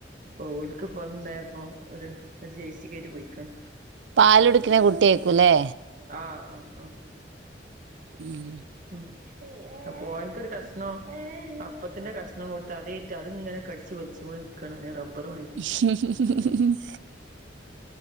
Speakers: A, on the right; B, on the right.
A: ഓലക്ക് പോന്നത്ണ്ടായപ്പോ ഒരു ജേയ്സികേറ്റ് പോയിക്കണ്
B: പാലുടുക്ക്ണ കുട്ടിയേക്കൂല്ലേ
A: ആഹ് ആഹ്
B: ഉം
A: ഉം മോൻക്കൊരു കഷ്ണം അപ്പത്തിന്റെ കഷ്ണം കൊടുത്ത് അതേറ്റ് അതേയ്റ്റ് ഇങ്ങനെ കടിച്ചു വെച്ചോണ്ട് ക റബർ വയ്
B: <inaudible>